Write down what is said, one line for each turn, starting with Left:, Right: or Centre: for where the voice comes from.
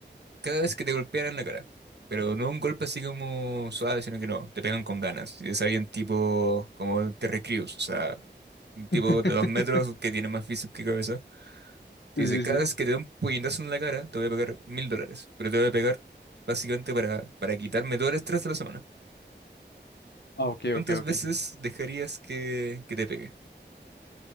Right: cada vez que te golpearan la cara, pero no un golpe así como suave, sino que no, te pegan con ganas, y es alguien tipo como Terry Crews, o sea, un tipo
Left: <laughs>
Right: de dos metros que tiene más físico que cabeza. te
Left: Sí,
Right: Dice, cada
Left: sí. sí.
Right: vez que te dé un puñetazo en la cara, te voy a pagar mil dólares, pero te voy a pegar básicamente para, para quitarme todo el estrés de la semana.
Left: Ah, ok,
Right: ¿Cuántas
Left: ok, ok.
Right: veces dejarías que, que te pegue?